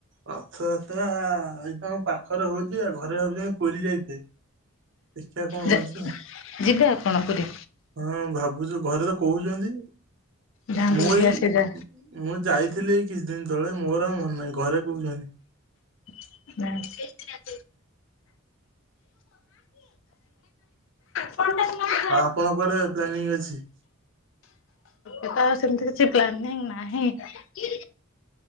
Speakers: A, on the right (about 60°); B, on the left (about 60°).
A: ରଥଯାତ୍ରା ଏଇ ତ ଆମ ପାଖରେ ହଉଚି ଆ ଘରେ ଭାବୁଚନ୍ତି ପୁରୀ ଯାଇଚେ ଦେଖିଆ କଣ ହଉଚି,
B: ଯା ଯିବେ ଆପଣ ପୁରୀ?
A: ହଁ ଭାବୁଚୁ ଘରେ ତ କହୁଛନ୍ତି
B: ଯାଆନ୍ତୁ
A: ମୁଁ
B: ବୁଲି
A: ଏଇ
B: ଆସି ଯା
A: ମୁଁ ଯାଇଥିଲି ଏଇ କିଛିଦିନ ତଳେ ମୋର ଆଉ ମନ ନାହିଁ ଘରେ କହୁଛନ୍ତି।
B: <unintelligible> ଫୋନ୍ ଦେଖିଲ ନା।
A: ଆଉ ଆପଣଙ୍କର ପ୍ଲାନିଂ ଅଛି?
B: ଏଥର ସେମିତି କିଛି ପ୍ଲାନିଂ ନାହିଁ